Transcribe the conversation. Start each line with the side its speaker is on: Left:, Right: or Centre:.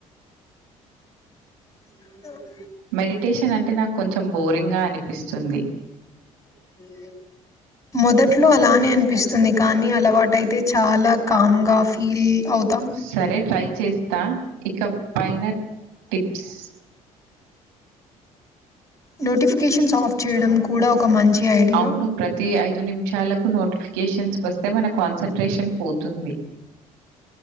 Left: <unintelligible>
Right: మెడిటేషనంటే నాకు కొంచెం బోరింగా అనిపిస్తుంది
Left: <inaudible> ట్లొ అలానే అనిపిస్తుంది కానీ అలవాటయితే చాలా కామ్ గా ఫీల్ అవుతాం
Right: సరే ట్రై చేస్తా ఇక పైన టిప్స్
Left: నోటిఫికేషన్స్ ఆఫ్ చేయడం కూడా ఒక మంచి ఐడియా
Right: అవును ప్రతి ఐదు నిమిషాల నోటిఫికేషన్స్ వస్తే మన కాన్సన్ంట్రేషన్ పోతుంది